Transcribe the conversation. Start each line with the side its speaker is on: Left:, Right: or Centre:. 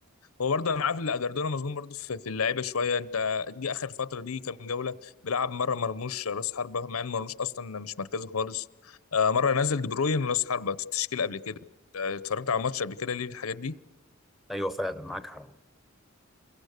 Left: هو برضه انا عارف ان اجردونا مظلوم برضه في, في اللعيبه شويه انت جه اخر فتره دي كام جوله بيلعب مره مرموش راس حربه مع ان مرموش اصلا مش مركزه خالص آه، مره نزل دي بروين راس حربه في التشكيل قبل كده آه، اتفرجت على الماتش قبل كده ليه في الحاجات دي
Centre: ايوه فعلا معاك حق